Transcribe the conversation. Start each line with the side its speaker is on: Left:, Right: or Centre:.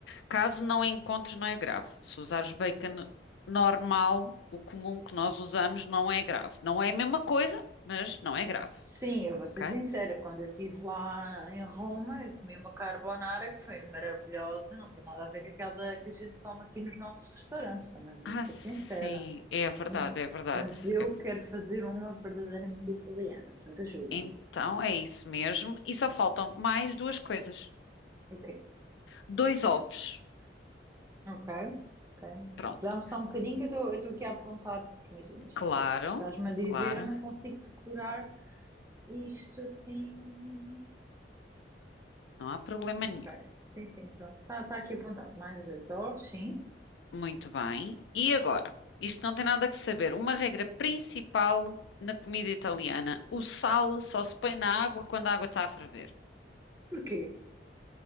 Left: Caso não encontres, não é grave. Se usares bacon normal, o comum que nós usamos, não é grave. Não é a mesma coisa, mas não é grave.
Right: Sim, eu vou ser
Left: Ok?
Right: sincera, quando eu estive lá em Roma, eu comi uma carbonara que foi maravilhosa, não tem nada a ver com aquela que a gente come aqui nos nossos restaurantes, também vou-te
Left: Ah,
Right: ser
Left: sim,
Right: sincera.
Left: é verdade,
Right: Hum,
Left: é verdade.
Right: Mas eu
Left: É-
Right: quero fazer uma verdadeiramente italiana, portanto ajuda-me.
Left: Então é isso mesmo. E só faltam mais duas coisas:
Right: Ok,
Left: dois ovos.
Right: ok, ok.
Left: Pronto,
Right: Dá-me só um bocadinho que eu estou eu estou aqui a apontar, porque imagina isto,
Left: claro,
Right: depois tu estás-me a dizer,
Left: claro,
Right: eu não consigo decorar isto assim.
Left: não há problema
Right: Ok,
Left: nenhum.
Right: sim, sim, pronto, está tá tá aqui apontado, mais dois ovos, sim.
Left: Muito bem. E agora? Isto não tem nada que saber. Uma regra principal na comida italiana: o sal só se põe na água quando a água está a ferver.
Right: Porquê?